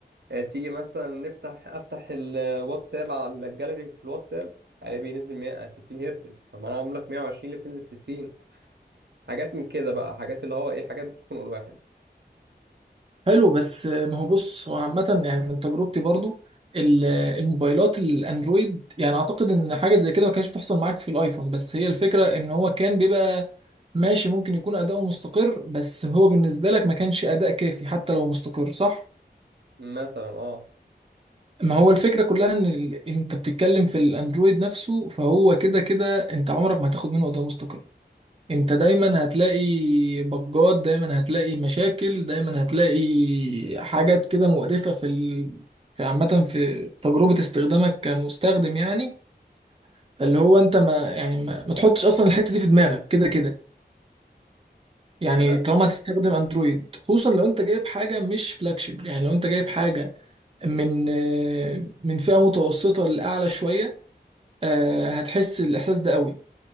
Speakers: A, on the right; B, on the right.
A: آه، تيجي مثلا نفتح افتح الواتساب على الجاليري في الواتساب الاقي بينزل 100 60 هرتز طب ما انا عامل لك 120 اللي بتنزل 60 حاجات من كده بقى حاجات اللي هو ايه حاجات بتخنق الواحد
B: حلو بس ما هو بص هو عامه يعني من تجربتي برضو ال- الموبايلات الاندرويد يعني اعتقد ان حاجه زي كده ما كانتش بتحصل معاك في الايفون بس هي الفكره ان هو كان بيبقى ماشي ممكن يكون اداؤه مستقر بس هو بالنسبه لك ما كانش اداء كافي حتى لو مستقر صح
A: مثلا اه
B: ما هو الفكره كلها ان ال... انت بتتكلم في الاندرويد نفسه فهو كده كده انت عمرك ما هتاخد منه اداء مستقر انت دايما هتلاقي بجات دايما هتلاقي مشاكل دايما هتلاقي حاجات كده مقرفة في ال... في عامة في تجربة استخدامك كمستخدم يعني اللي هو انت ما يعني ما, ما تحطش اصلا الحتة دي في دماغك كده كده يعني
A: يعني أنا-
B: طالما هتستخدم اندرويد خصوصا لو انت جايب حاجة مش فلاجشيب يعني لو انت جايب حاجة من آه، من فئة متوسطة لأعلى شوية آه، هتحس الإحساس ده قوي